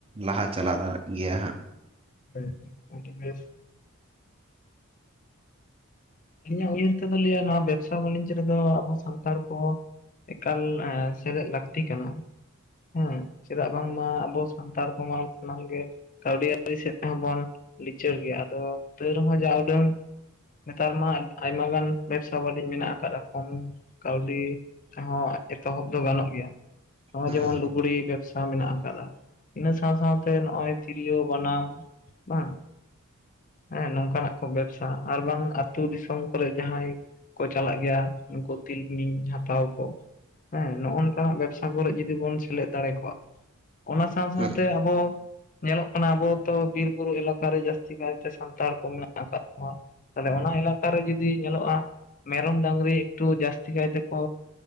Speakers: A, on the right; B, on the left.
A: ᱞᱟᱦᱟ ᱪᱟᱞᱟᱣ ᱫᱟᱲᱮᱭᱟᱜ ᱜᱮᱭᱟ ᱦᱟᱸᱜ
B: ᱦᱮ ᱟᱹᱰᱤ ᱵᱮᱥ ᱟᱹᱞᱤᱧᱟᱜ ᱩᱭᱦᱟᱹᱨ ᱛᱮᱫᱚ ᱞᱟᱹᱭᱟ ᱱᱚᱣᱟ ᱵᱮᱵᱽᱥᱟ ᱵᱟᱹᱱᱤᱡᱽ ᱨᱮᱫᱚ ᱟᱵᱚ ᱥᱟᱱᱛᱟᱲ ᱠᱚ ᱮᱠᱟᱞ ᱮᱸ ᱥᱮᱞᱮᱫ ᱞᱟᱹᱠᱛᱤ ᱠᱟᱱᱟ᱾ ᱦᱮᱸ ᱪᱮᱫᱟᱜ ᱵᱟᱝᱢᱟ ᱟᱵᱚ ᱥᱟᱱᱛᱟᱲ ᱠᱚᱢᱟ ᱥᱟᱱᱟᱢ ᱜᱮ ᱠᱟᱹᱣᱰᱤ ᱟᱨᱡᱟᱣ ᱥᱮᱫ ᱛᱮᱦᱚᱸ ᱵᱚᱱ ᱞᱤᱪᱟᱹᱲ ᱜᱮᱭᱟ ᱟᱫᱚ ᱛᱟᱹᱣ ᱨᱮᱦᱚᱸ ᱡᱟ ᱩᱰᱟᱹᱝ ᱱᱮᱛᱟᱨ ᱢᱟ ᱟᱭᱢᱟ ᱜᱟᱱ ᱵᱮᱵᱽᱥᱟ ᱵᱟᱹᱱᱤᱡᱽ ᱢᱮᱱᱟᱜ ᱟᱠᱟᱫᱼᱟ ᱠᱚᱢ ᱠᱟᱹᱣᱰᱤ ᱛᱮᱦᱚᱸ ᱮᱛᱚᱦᱚᱵ ᱫᱚ ᱜᱟᱱᱚᱜ ᱜᱮᱭᱟ ᱱᱚᱜᱼᱚᱭ
A: ᱦᱩᱸ
B: ᱡᱮᱢᱚᱱ ᱞᱩᱜᱽᱲᱤᱡ ᱵᱮᱵᱽᱥᱟ ᱢᱮᱱᱟᱜ ᱟᱠᱟᱫᱟ ᱤᱱᱟᱹ ᱥᱟᱶ ᱥᱟᱶ ᱛᱮ ᱱᱚᱜᱚᱭ ᱛᱤᱨᱭᱳ, ᱵᱟᱱᱟᱢ, ᱵᱟᱝ ᱦᱮᱸ ᱱᱚᱝᱠᱟᱱᱟᱜ ᱠᱚ ᱵᱮᱵᱥᱟ ᱟᱨ ᱵᱟᱝ ᱟᱹᱛᱩ ᱫᱤᱥᱚᱢ ᱠᱚᱨᱮᱜ ᱡᱟᱦᱟᱸᱭ ᱠᱚ ᱪᱟᱞᱟᱜ ᱜᱮᱭᱟ ᱱᱩᱠᱩ ᱛᱤᱞᱢᱤᱧ ᱦᱟᱛᱟᱣ ᱠᱚ ᱦᱮᱸ ᱱᱚᱜᱼᱚ ᱱᱚᱝᱠᱟ ᱱᱟᱜ ᱵᱮᱵᱥᱟ ᱠᱚᱨᱮᱜ ᱡᱩᱫᱤ ᱵᱚᱱ ᱥᱮᱞᱮᱫ ᱫᱟᱲᱮ ᱠᱟᱜ-ᱟ᱾ ᱚᱱᱟ ᱥᱟᱶ ᱥᱟᱶᱛᱮ
A: ᱦᱩᱸ
B: ᱟᱵᱚ ᱧᱮᱞᱚᱜ ᱠᱟᱱᱟ ᱟᱵᱚ ᱛᱚ ᱵᱤᱨ ᱵᱩᱨᱩ ᱮᱞᱟᱠᱟ ᱨᱮ ᱡᱟᱹᱥᱛᱤ ᱠᱟᱭᱛᱮ ᱥᱟᱱᱛᱟᱲ ᱠᱚ ᱢᱮᱱᱟᱜ ᱟᱠᱟᱫ ᱠᱚᱣᱟ᱾ ᱛᱟᱦᱞᱮ ᱚᱱᱟ ᱮᱞᱟᱠᱟ ᱨᱮ ᱡᱩᱫᱤ ᱧᱮᱞᱚᱜᱼᱟ ᱢᱮᱨᱚᱢ, ᱰᱟᱸᱝᱨᱤ ᱮᱠᱴᱩ ᱡᱟᱹᱥᱛᱤ ᱠᱟᱭᱛᱮ ᱠᱚ